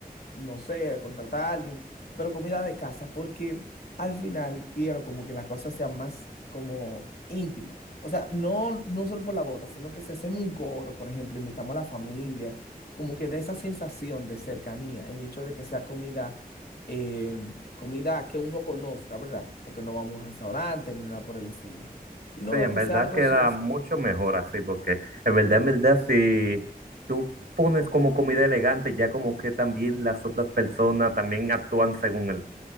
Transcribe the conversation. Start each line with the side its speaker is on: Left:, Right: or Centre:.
Left: no sé, contratar a alguien, pero comida de casa, porque al final quiero como que la cosa sea más como íntima. O sea, no, no solo por la boda, sino que si hacemos un coro, por ejemplo, invitamos a la familia, como que de esa sensación de cercanía, el hecho de que sea comida, eh, comida que uno conozca, ¿verdad? Porque no vamos a un restaurante ni nada por el estilo, sino
Right: Sí, en
Left: de que
Right: verdad
Left: sea algo
Right: queda
Left: sencillo.
Right: mucho mejor así, porque en verdad, en verdad, si tú pones como comida elegante, ya como que también las otras personas también actúan según el,